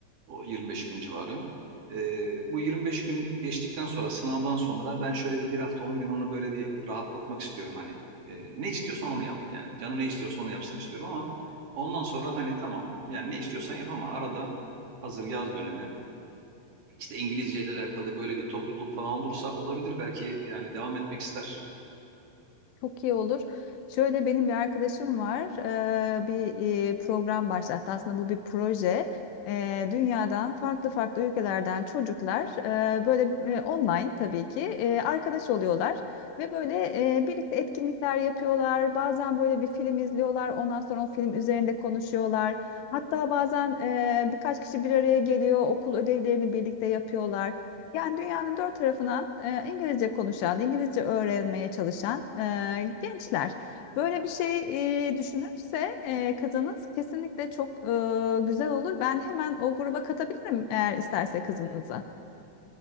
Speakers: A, on the right; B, on the left.
A: O 25 gün civarı. E, bu 25 gün geçtikten sonra sınavdan sonra ben şöyle bir bir hafta 10 gün onu böyle bir rahatlatmak istiyorum hani. E, ne istiyorsan onu yap yani. Canı ne istiyorsa onu yapsın istiyorum ama ondan sonra hani tamam yani ne istiyorsan yap ama arada hazır yaz dönemi işte İngilizce ile alakalı böyle bir topluluk falan olursa olabilir belki yani devam etmek ister.
B: Çok iyi olur. Şöyle benim bir arkadaşım var. Ee, bir e, program başlattı. Aslında bu bir proje. Ee, dünyadan farklı farklı ülkelerden çocuklar e, böyle e, online tabii ki e, arkadaş oluyorlar ve böyle e, birlikte etkinlikler yapıyorlar. Bazen böyle bir film izliyorlar. Ondan sonra o film üzerinde konuşuyorlar. Hatta bazen e, birkaç kişi bir araya geliyor. Okul ödevlerini birlikte yapıyorlar. Yani dünyanın dört tarafından e, İngilizce konuşan, İngilizce öğrenmeye çalışan e, gençler. Böyle bir şey e, düşünürse e, kızınız kesinlikle çok e, güzel olur. Ben hemen o gruba katabilirim eğer isterse kızınızı.